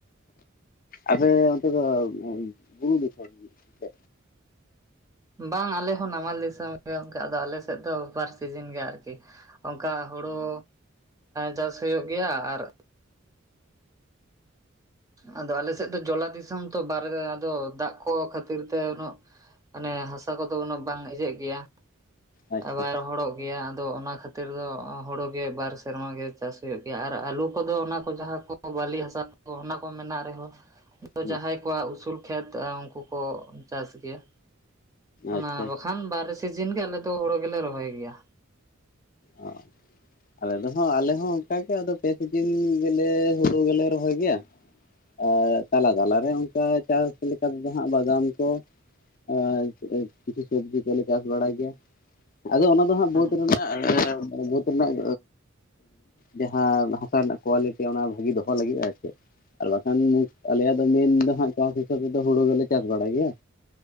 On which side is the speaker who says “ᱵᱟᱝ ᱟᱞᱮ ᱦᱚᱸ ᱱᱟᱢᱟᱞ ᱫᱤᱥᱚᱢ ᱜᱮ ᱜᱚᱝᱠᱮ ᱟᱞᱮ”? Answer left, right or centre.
Right